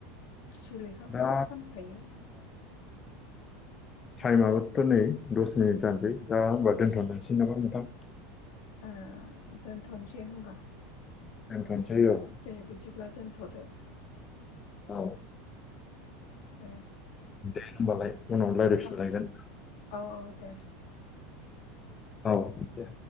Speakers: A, on the left; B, on the left.
A: सिलेखाखौथ'
B: दा
A: फानखायो।
B: टाइमआोथ' नै दस मिनिट जानोसै दा होमबा दोनथ'लसै नामा नोंथां?
A: ओ दोनथ'नोसै होमबा?
B: दोनथ'नोसै औ
A: दे बिदिब्ला दोनथ'दो।
B: औ।
A: दे
B: दे होनोमबालाय उनाव रायलायफिनलायगोन
A: अ औ औ दे
B: औ दे